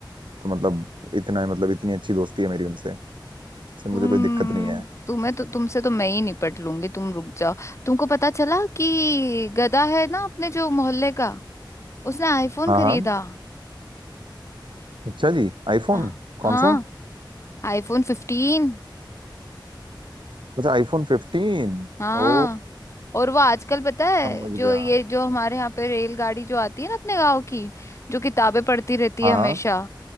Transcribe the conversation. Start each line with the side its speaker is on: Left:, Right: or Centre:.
Right: तो मतलब इतना मतलब इतनी अच्छी दोस्ती है मेरी उनसे इसलिए
Left: तुम
Right: मुझे कोई दिक्कत नहीं है
Left: तुम्हें तो तुमसे तो मैं ही निपट लूंगी तुम रुक जाओ तुमको पता चला कि गधा है ना अपने जो मोहल्ले का उसने आईफोन
Right: हाँ
Left: खरीदा
Right: हाँ अच्छा जी आईफोन
Left: हाँ हाँ
Right: कौन सा
Left: IPhone fifteen
Right: अच्छा आईफोन फिफ्टीन
Left: हाँ
Right: ओ
Left: और वो आजकल पता है
Right: समझ
Left: जो
Right: गया
Left: ये जो हमारे यहाँ पे रेलगाड़ी जो आती है ना अपने गाँव की जो किताबें पढ़ती रहती
Right: हाँ
Left: है हमेशा
Right: हाँ